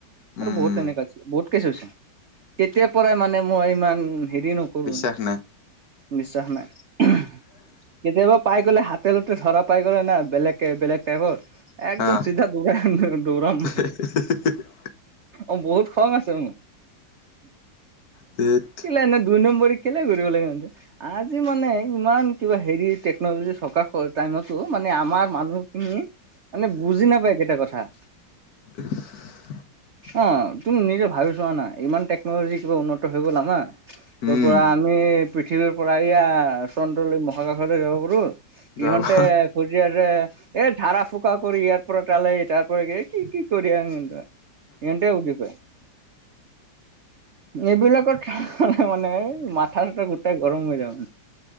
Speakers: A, on the right; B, on the left.
A: আৰু
B: উম
A: বহুত
B: উম
A: এনেকা আ, বহুত কি চছেোন <unintelligible> কেতিয়াৰ পৰাই মানে মই ইমান হেৰি নক কৰো
B: বিশ্বাস নাই
A: বিশ্বাস নাই। কেতিয়াবা পাই গ'লে হাতে লতে ধৰা পাই গ'লে না বেলেগ বেলেগ টাইপত একদম
B: আহ
A: চিধা দৌৰা দৌৰাম
B: <unintelligible>
A: অ' বহুত খং আছে মোৰ।
B: দে <unintelligible>
A: এনে দুই নম্বৰী কেলে কৰিব লাগে ইহ'তে। আজি মানে ইমান কিবা হেৰি টেকনলজি থকা টাইমতো মানে আমাৰ মানুহ খিনি মানে বুজি নাপায় কেইটা কথা।
B: উ <unintelligible>
A: অ' তুমি নিজে ভাবি চোৱা না, ইমান টেকনলজি কিবা উন্নত হৈ গ'ল। আমাৰ ক'ৰ
B: উম
A: পৰা আমি পৃথিৱীৰ পৰা এয়া চন্দ্ৰলৈ মহাকাশৈ যাব পাৰো।
B: যাবা
A: ইহতে ফচি আছে, এই জাৰা ফুকা কৰি ইয়াৰ পৰা তালে তাৰ পৰা কি কি কৰি আহ সিহ'তে। সিহ'তে বুজি পায়। এইবিলাক চালে মানে ম মাথা চাথা গোটেই গৰম হৈ যাম।